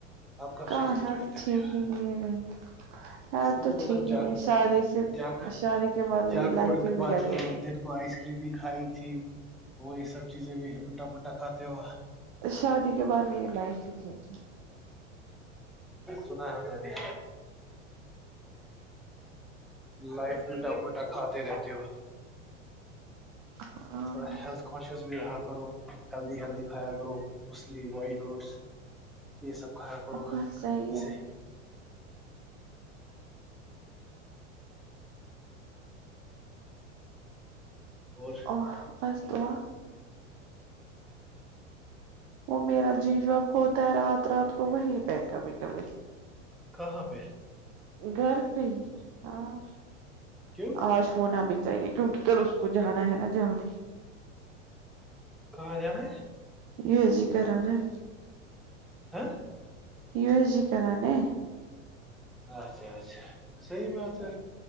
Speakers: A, in the centre; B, on the right.
A: آپ کب
B: کااں
A: سے جم
B: ہے
A: جوائن کر
B: ٹھیک
A: رہے ہو
B: ہی نہیں ہے ہ
A: اس لیے
B: تو
A: بولتا
B: ٹھیک
A: جاگ
B: ہی نہیں ہے شادی سے
A: جاگ
B: شادی کے بعد
A: جاگ
B: میری لائف
A: فوڈ
B: ہی
A: کی
B: بگڑ
A: بات
B: گئی
A: کرو دن کو آئس کریم بھی کھائی تھی وہ یہ سب چیزیں بھی الٹا پلٹا کھاتے ہو
B: شادی کے بعد میری لائف ہی چینج ہو
A: سنا ہےے لائف الٹا پلٹا کھاتے رہتے ہو
B: ہوئی۔
A: تھوڑا ہیلتھ کانشیس بھی رہا کرو ہیلدی ہیلدی کھایا کرو مچھلی وائٹ روٹس یہ سب کھایا کرو
B: بس صحیح
A: اسے
B: ہے
A: اور
B: او بس دعا وہ میرا جی جاب ہوتا ہے رات رات کو وہیں پہ کبھی کبھی
A: کہب
B: گھر پ ہی ہاں
A: کیوں
B: آج ہونا بھی چاہیے کیونکہ کل اس کو جانا ہے نا جلدی
A: کہاں جا رہا ہے
B: یہ جی کرا رہ ہے
A: ہ
B: یو ایس جی کرانے
A: اچھا اچھا صحی بات ہے